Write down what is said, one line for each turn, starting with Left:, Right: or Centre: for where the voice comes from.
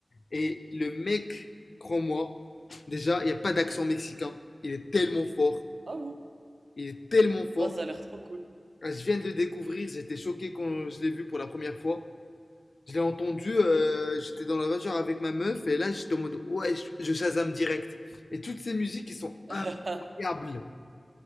Left: Et le mec, crois-moi, déjà, il n'y a pas d'accent mexicain. Il est tellement fort.
Right: Ah vous
Left: Il est tellement fort.
Right: Ah, ça a l'air trop cool.
Left: Ah, Je viens de le découvrir. J'étais choqué quand je l'ai vu pour la première fois. Je l'ai entendu. euh, j'étais dans la voiture avec ma meuf. Et là, j'étais en mode, ouais, je, je Shazam direct. Et toutes ces musiques, elles sont
Right: <laughs>
Left: incroyables.